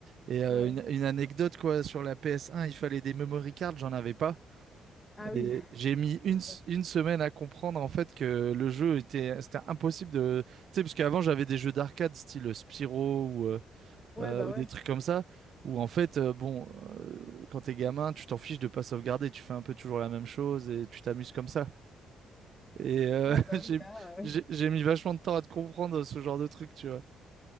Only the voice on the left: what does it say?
Ouais.
Ah
oui, <laughs>
c'est
vrai.
Ouais,
bah
ouais.
Ouais,
bah
oui, là. euh,